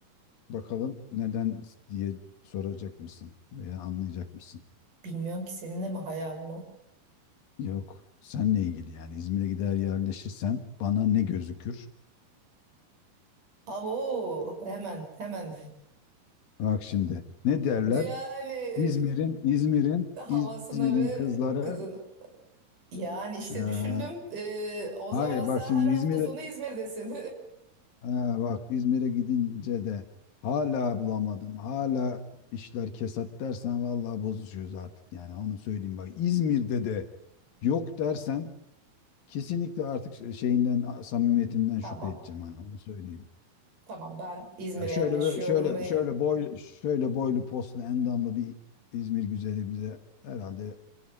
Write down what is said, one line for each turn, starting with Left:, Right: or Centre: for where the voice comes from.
Left: Bakalım neden diye soracak mısın veya anlayacak mısın?
Right: Bilmiyorum ki senin de mi hayalin o?
Left: Yok, senle ilgili yani İzmir'e gider yerleşirsen bana ne gözükür?
Right: Abo hemen hemen
Left: Bak şimdi ne derler?
Right: <laughs> yani
Left: İzmir'in İzmir'in
Right: e, havasına
Left: İzmir'in
Right: ve
Left: kızları
Right: kızın. Yani işte
Left: eee,
Right: düşündüm e, o
Left: hayır
Right: zaman sen
Left: bak şimdi
Right: her hafta
Left: İzmir'e
Right: sonu İzmir'desin.
Left: eee, bak İzmir'e gidince de hala bulamadım. Hala işler kesat dersen vallahi bozuşuyoruz artık yani onu söyleyeyim bak İzmir'de de yok dersen Kesinlikle artık şeyinden samimiyetinden
Right: <laughs> Tamam
Left: şüphe edeceğim hani onu söyleyeyim.
Right: tamam ben İzmir'e
Left: Ya şöyle
Right: yerleşiyorum
Left: böyle şöyle
Right: ve
Left: şöyle boy şöyle boylu poslu endamlı bir İzmir güzeli bize herhalde